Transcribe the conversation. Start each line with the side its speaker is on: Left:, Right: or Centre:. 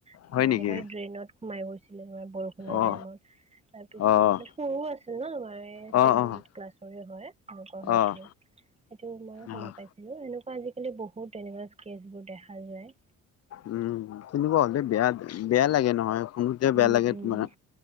Right: কিবা
Left: হয় নেকি
Right: এনেকৈ ড্ৰেইনত সোমাই গৈছিলে বৰষুণৰ
Left: অ
Right: টাইমত তাৰপিছত
Left: অ
Right: সৰু আছিল ন আমাৰ এইভেন
Left: অ', অ',
Right: এইট ক্লাছৰেই হয় এনেকুৱা হৈ হৈছে
Left: অ',
Right: সেইটো মই শুনা
Left: অ',
Right: পাইছিলো এনেকুৱা। আজিকালি বহুত তেনেকুৱা স্কেচবোৰ দেখা যায়।
Left: উম, তেনেকুৱা হ'লে বেয়া বেয়া লাগে নহয়। শুনোতে বেয়া
Right: উম',
Left: লাগে
Right: উম'
Left: তোমাৰ